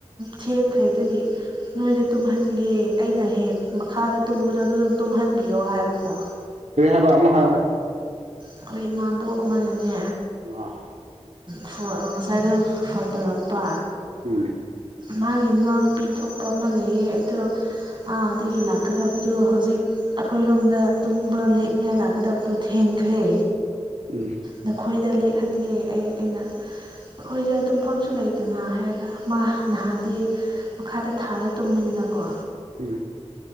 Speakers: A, on the right (about 45°); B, on the right (about 80°).
A: ꯊꯦꯡꯈ꯭ꯔꯦ ꯑꯗꯨꯒꯤ ꯅꯣꯏꯗ ꯇꯨꯝꯍꯟꯒꯦ ꯑꯩꯅ ꯍꯦꯛ ꯃꯈꯥꯗ ꯇꯨꯝꯕꯗ ꯑꯗꯨ ꯑꯗꯨꯝ ꯇꯨꯝꯍꯟꯕꯤꯌꯣ ꯍꯥꯏꯕꯀꯣ
B: ꯀꯩ ꯍꯥꯌꯕ ꯑꯃꯨꯛ ꯍꯥꯏꯌꯣꯅꯦ
A: ꯑꯩꯈꯣꯏ ꯏꯃꯥꯕꯣꯛ ꯑꯃꯅꯅꯦ
B: ꯑꯥ
A: ꯐ ꯉꯁꯥꯏꯗꯣ ꯐꯣꯟ ꯇꯧꯔꯛꯄ
B: ꯎꯝ
A: ꯃꯥꯒꯤ ꯃꯅꯥꯎꯅꯨꯄꯤ ꯊꯣꯛꯄ ꯑꯃ ꯂꯩꯌꯦ ꯑꯗꯣ ꯑꯗꯨꯒꯤ ꯂꯥꯛꯀꯗꯕꯗꯨ ꯍꯧꯖꯤꯛ ꯑꯩꯈꯣꯏꯔꯣꯝꯗ ꯇꯨꯝꯕ ꯂꯦꯛ ꯅꯣꯏ ꯂꯥꯛꯀꯗꯕꯗꯨ ꯊꯦꯡꯈ꯭ꯔꯦ
B: ꯎꯝ
A: ꯅꯈꯣꯏꯗ ꯂ ꯈꯟꯒꯦ ꯑꯩ ꯑꯩꯅ ꯑꯩꯈꯣꯏꯗ ꯇꯨꯝꯐꯝꯁꯨ ꯂꯩꯇꯅ ꯍꯥꯏꯔꯒ ꯃꯥ ꯅꯍꯥꯟꯗꯤ ꯃꯈꯥꯗ ꯊꯥꯔ ꯇꯨꯝꯃꯤꯗꯅꯀꯣ
B: ꯎꯝ